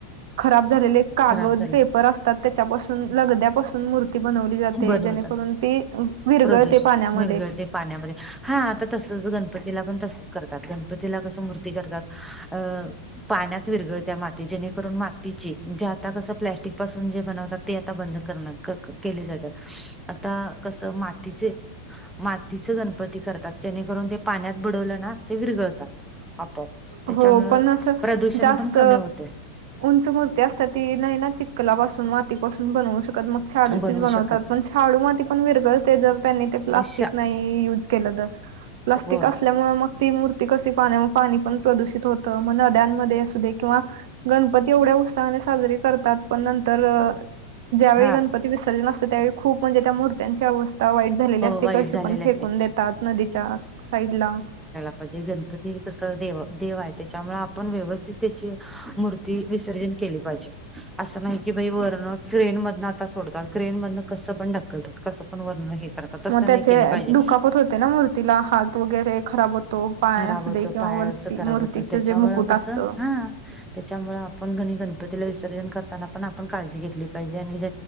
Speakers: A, on the right; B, in the centre.
A: खराब झालेले कागद
B: खराब झाले
A: पेपर असतात. त्याच्यापासून लगद्यापासून मूर् बनवली जाते.
B: बनवतात
A: जेणेकरून ती विरगळते
B: प्रदूष
A: पाण्यामध्ये
B: विरघळते पाण्यामध्ये हा आता तसच गणपतीला पण तसच करतात. गणपतीला कसं मूर्ती करतात. अं. पाण्यात विरगळत्या माती जेणेकरून मातीची जे आता कसं प्लॅस्टिक पासून जे बनवतात. ते आता बंद करणार केले जातात. आता कसं मातीचे मातीच गणपती करतात. जेणेकरून ते पाण्यात बडवलं ना ते विरगळतात. आपोआप त्याच्यामुंळ
A: हो पण असं
B: प्रदूषण
A: जास्त
B: पण कमी होते.
A: उंच मूर्ती असतात ती नाही ना, चिक्कलापासून मातीपासून बनवू शकत मग छाडूचीच
B: बनवू
A: बनवतात.
B: शकत
A: पण शाडू माती पण विरगळते ज त्यांनी ते प्लास्टिक
B: श
A: नाही युज केल तर, प्लास्टिक
B: होय
A: असल्यामुळे ती मूर्ती कशी पाण्या पाणी पण प्रदूषित होत मग नद्यांमध्ये असू दे, किंवा गणपती एवढ्या उत्साहाने साजरीे करतात. पण नंतर ज्यावेळी
B: हा
A: गणपती विसर्जन असते, त्यावेळी खूप म्हणजे त्या मूर्त्यांची अवस्था वाईट झालेली असते,
B: वाईट
A: कशी
B: झालेले
A: पण फेकून
B: असते
A: देतात. नदीच्या साईड ला
B: म्हणजे गणपती कस दे देव आहे. त्याच्यामुळे आपण व्यवस्थित त्याची मूर् विसर्जन केले पाहिजे, असं नाही की वर्ण ग्रेन मधनं आता सोडतात. ग्रेन मधन कसं पण ढकलतात. कसं पण वर्ण हे करतात तस
A: मग
B: नाही
A: त्याचे
B: केल पाहिजे.
A: दुखापत होते ना मूर्तीला हात वगैरे खराब होतो पाय
B: खराब
A: असू
B: होत
A: दे किंवा
B: पाय
A: वरती
B: असं खराब
A: मूर्तीचं
B: होत त्याच्यामुळे
A: जे मुकुट
B: कस
A: असतं
B: हा त्याच्यामुळे आपण गणपतीला विसर्जन करताना पण आपण काळजी घेतली पाहिजे. आणि ज